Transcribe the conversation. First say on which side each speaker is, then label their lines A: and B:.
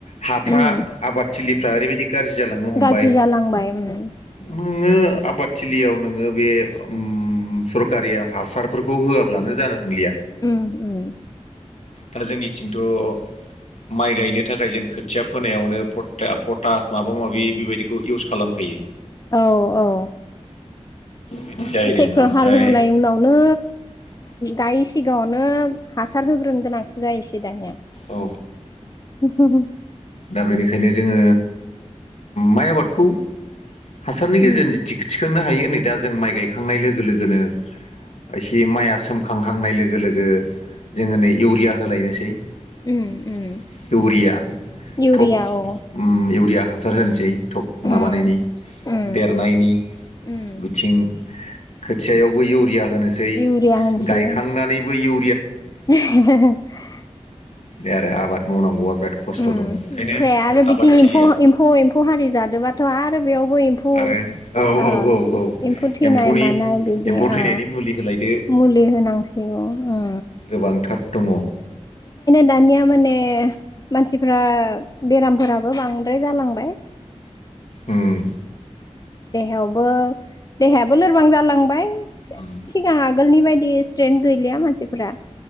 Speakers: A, on the left; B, on the left.
A: हाफ्रा
B: उम
A: आबाद थिलिफ्रा ओरैबायदि गाज्रि जालांनो हमबाय
B: गाज्रि जालांबाय उम
A: नो ङो आबादथिलियाव नोङो बे उम सरकारि हासारफोरखौ होआब्लानो जानो थांलिया
B: उम उम
A: दा जोंनिथिं थ' माइ गायनो थाखाय जों खोथिया फोनायावनो पट-पटास माबा माबि बेबायदिखौ इउस खालामखायो।
B: औ औ।
A: बिदि जाहैदों
B: टेक्टर
A: ओमफ्राय
B: हालहेवनाय उनाव नो दायो सिगाङावनो हासार होग्रोनो गोनांसो जायोसै दानिया।
A: औ
B: <unintelligible>
A: दा बेनिखायनो जोङो माइ आबादखौ। हासारनि गेजेरजों
B: उम
A: थिखांनो हायो नै दा जों माइ गायखांनाय लोगो लोगोनो। एसे माइया सोमखांहांनाय लोगो लोगो जोङो नै इउरिया होलायनोसै। इउरिया
B: उम उम इउरिया
A: टप
B: औ
A: ओम इउरिया हासार होनोसै। थब माबानायनि
B: उम उम
A: देरनायनि
B: उम
A: बिथिं खोथियायावबो इउरिया होनोसै
B: इउरिया होनसै
A: गायखांनानैबो इउ
B: <unintelligible>
A: बे आरो आबाद मावनांगौआ बिराद खस्थ'
B: उम
A: दङ ओंखायनो
B: ओमफ्राय आरो बिथिं
A: आबादथिलिया
B: एम्फौ एम्फौ एम्फौ हारि जादोबाथ' आरो बे एम्फौ
A: आरो औ
B: आ
A: औ औ औ
B: एम्फौ थैनाय
A: एम्फौनि
B: मानाय बिदि
A: एम्फौ थैनायनि
B: आ
A: मुलि होलायदो
B: मुलि होनांसिगौ आ
A: गोबांथार दङ।
B: दानिया माने मानसिफ्रा बेरामफोराबो बांद्राय जालांबाय।
A: उम
B: देहायावबो देहायाबो लोरबां जालांबाय सि-सिगाङा
A: उम
B: आगोलनि बायदि स्ट्रेनथ गैलिया मानसि फोरा